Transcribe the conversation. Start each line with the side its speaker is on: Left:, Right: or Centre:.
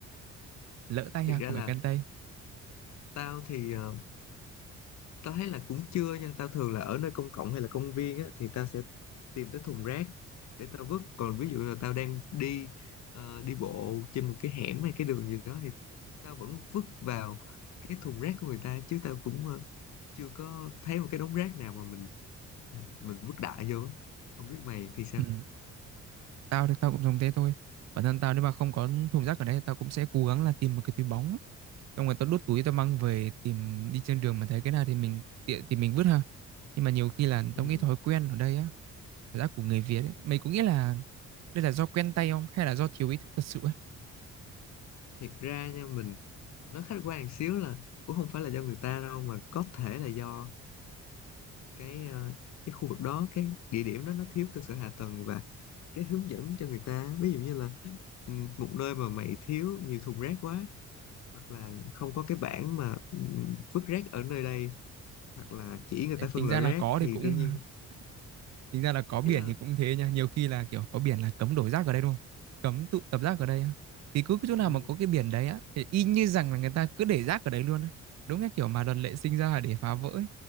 Right: lỡ tay
Left: thiệt
Right: ha không
Left: ra là
Right: phải quen tay
Left: tao thì ờ, tao thấy là cũng chưa nha tao thường là ở nơi công cộng hay là công viên á thì tao sẽ tìm tới thùng rác để tao vứt còn ví dụ là tao đang đi ờ, đi bộ trên một cái hẻm hay cái đường gì đó thì tao vẫn vứt vào cái thùng rác của người ta chứ tao cũng ờ, chưa có thấy một cái đống rác nào mà mình mình, mình vứt đại vô á. không biết mày thì sao
Right: ừ. tao thì tao cũng dùng thế thôi bản thân tao nếu mà không có thùng rác ở đây tao cũng sẽ cố gắng là tìm một cái túi bóng xong rồi tao đút túi tao mang về tìm đi trên đường mà thấy cái nào thì mình tiện thì mình vứt ha nhưng mà nhiều khi là
Left: ừ,
Right: tao nghĩ thói quen ở đây á cảm giác của người Việt ấy mày có nghĩ là đây là do quen tay không hay là do thiếu ý thức thật sự ấy
Left: thiệt ra nha mình nó khách quan một xíu là cũng không phải là do người ta đâu mà có thể là do cái ờ, cái khu vực đó cái địa điểm đó nó thiếu cơ sở hạ tầng và cái hướng dẫn cho người ta ví dụ như là ừ, một nơi mà mày thiếu nhiều thùng rác quá hoặc là không có cái bảng mà ừ, vứt rác ở nơi đây hoặc là chỉ người
Right: Ê,
Left: ta
Right: tính
Left: phân loại
Right: ra là
Left: rác
Right: có
Left: thì
Right: thì cũng
Left: đương nhiên
Right: <laughs> tính ra là có biển
Left: ý là
Right: thì cũng thế nha nhiều khi là kiểu có biển là cấm đổ rác ở đây đúng không cấm tụ tập rác ở đây á thì cứ cái chỗ nào
Left: ừ,
Right: mà có cái biển đấy á thì y như rằng là người ta cứ để rác ở đấy luôn á đúng cái kiểu mà luật lệ sinh ra là để phá vỡ ấy.